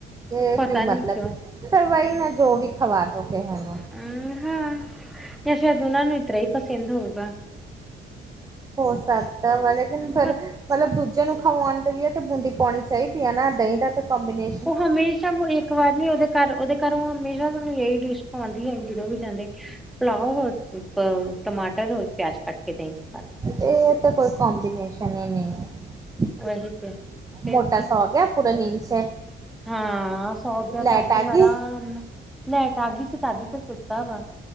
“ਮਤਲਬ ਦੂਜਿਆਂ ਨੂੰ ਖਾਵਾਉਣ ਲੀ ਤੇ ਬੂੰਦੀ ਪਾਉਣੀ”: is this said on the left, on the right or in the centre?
Right